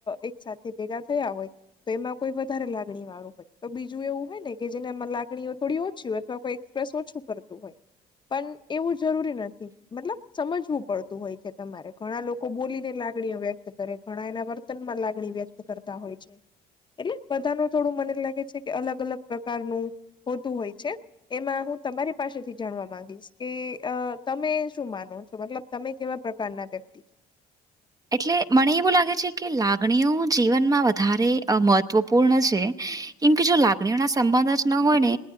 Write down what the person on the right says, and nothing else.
એટલે મને એવું લાગે છે કે લાગણીઓ જીવનમાં વધારે મહત્વપૂર્ણ છે કેમ કે જો લાગણીઓ ના સંબંધ જ ન હોય ને